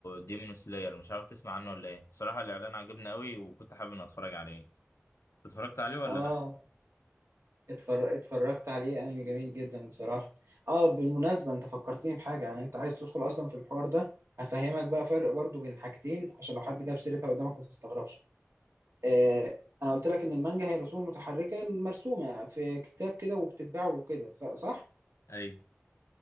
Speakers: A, on the left (about 80°); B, on the right (about 85°).
A: ديمون سلاير مش عارف تسمع عنه ولا ايه صراحه الاعلان عجبني قوي وكنت حابب ان اتفرج عليه اتفرجت عليه ولا
B: اه
A: لا
B: اتفر... اتفرجت عليه انمي جميل جدا بصراحة اه بالمناسبة انت فكرتني بحاجة يعني انت عايز تدخل اصلا في الحوار ده هفهمك بقى فرق برضو بين حاجتين عشان لو حد جاب سيرتها قدامك ما تستغربش آه انا قلت لك ان المانجا هي رسوم متحركة مرسومة في كتاب كده وبتتباع وكده ف- صح
A: ايوه